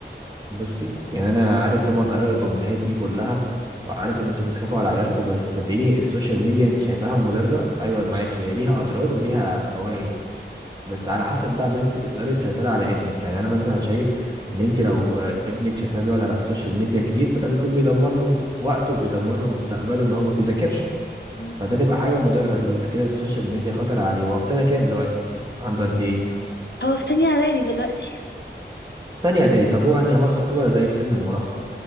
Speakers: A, on the right; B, on the left.
A: بصي يعني انا عارف طبعا اراء الامهات دي كلها وعارف ان انتوا بتخافوا على عيالكم بس صدقيني السوشيال ميديا انت شايفاها مضره ايوه معاكي هي ليها اضرار وليها فوائد بس على حسب بقى ما انت تقدري تسيطري على ابنك يعني انا مثلا شايف ان انت لو ابنك شايفاه بيقعد على السوشيال ميديا كتير فده بيكون بيدمر له وقته وبيدمر له مستقبله ان هو ما بيذاكرش
B: مم.
A: فده تبقى حاجه مضره ليه يبقى كده السوشيال ميديا خطر عليه هو في سنه كام دلوقتي عنده قد ايه
B: هو في تانية اعدادي دلوقتي
A: تانية اعدادي طب هو يعني هو يعتبر زي في سن المراهقة